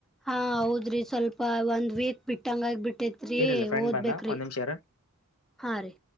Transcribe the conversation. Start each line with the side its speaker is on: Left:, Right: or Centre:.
Centre: ಹಾ ಹೌದ್ರಿ ಸ್ವಲ್ಪ ಒಂದ್ ವೀಕ್ ಬಿಟ್ಟ ಹಂಗಾಗಿ ಬಿಟ್ಟ ಇಟ್ಟೇತ್ರಿ
Left: ಇರಲಿ ಫ್ರೆಂಡ್
Centre: ಓದ್ಬೇಕ್ರಿ
Left: ಬಂದ ಒಂದ್ ನಿಮಿಷ ಇರು
Centre: ಹಾ ರೀ